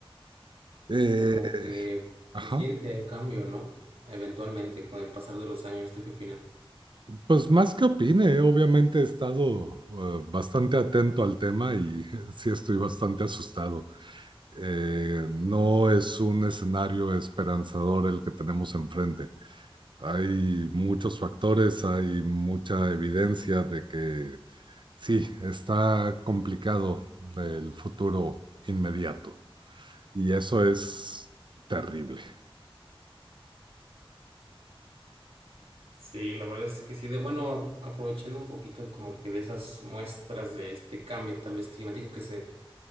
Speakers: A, on the right; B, on the right.
A: Eh,
B: como que
A: ajá.
B: se siente un cambio, ¿no? Eventualmente, con el pasar de los años, ¿tú qué opinas?
A: Pues más que opine, eh, obviamente he estado eh, bastante atento al tema y <laughs> sí estoy bastante asustado. eh, no es un escenario esperanzador el que tenemos enfrente. Hay muchos factores, hay mucha evidencia de que sí, está complicado el futuro inmediato y eso es terrible.
B: Sí, la verdad es que sí, de bueno, aprovechando un poquito como que de esas muestras de este cambio tal vez climático que se,